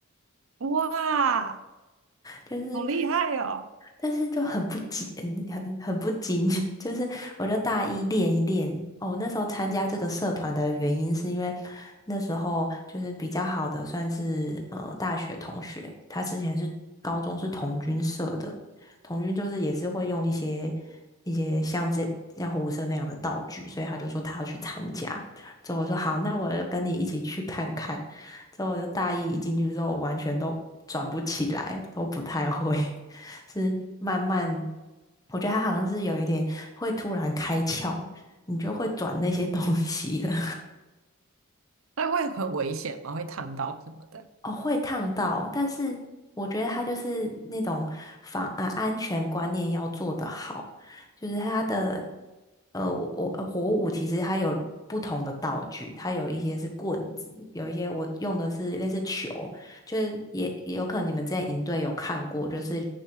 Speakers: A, on the right (about 65°); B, on the left (about 15°).
A: 哇，
B: 就是。
A: 好厉害哦！
B: 但是就很不紧，嗯很很不紧，<laughs> 就是我就大一练一练。哦，那时候参加这个社团的原因是因为那时候就是比较好的，算是呃大学同学，他之前是高中是童军社的，童军就是也是会用一些一些像这像火舞社那样的道具，所以他就说他要去参加。之后我说好，那我就跟你一起去看看。之后我就大一一进去之后，我完全都转不起来，都不太会。是慢慢，我觉得他好像是有一点会突然开窍，你就会转那些东西了。
A: 那会很危险吗？会烫到什么的？
B: 哦，会烫到，但是我觉得他就是那种防啊安全观念要做得好，就是他的呃，我我呃火舞其实它有不同的道具，它有一些是棍子，有一些我用的是类似球，就是也也有可能你们之前营队有看过，就是